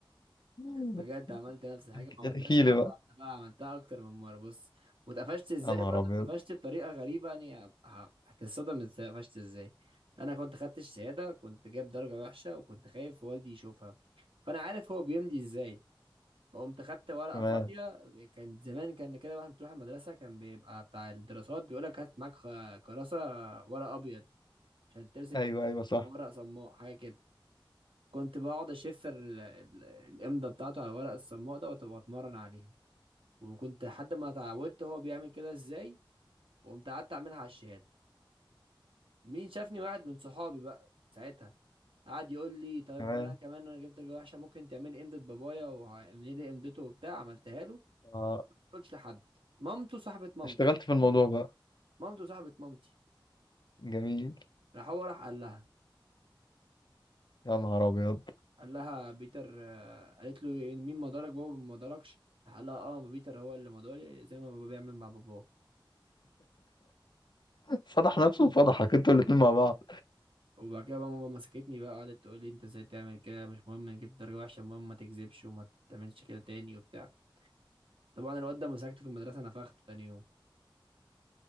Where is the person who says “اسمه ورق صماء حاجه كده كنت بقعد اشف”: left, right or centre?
Right